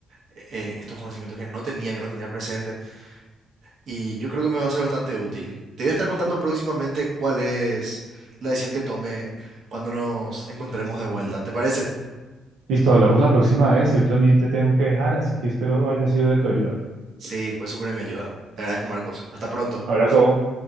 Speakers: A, on the right; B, on the right.
A: eh, eh, estos conocimientos que no tenía, que no tenía presente. y yo creo que me va a ser bastante útil. Te voy a estar contando próximamente cuál es la decisión que tome cuando nos encontremos de vuelta. ¿Te parece?
B: Listo, hablamos la próxima vez. Yo también te tengo que dejar, así que espero haya sido de tu ayuda.
A: Sí, fue súper de mi ayuda. Te agradezco, Marcos. Hasta pronto.
B: Abrazo.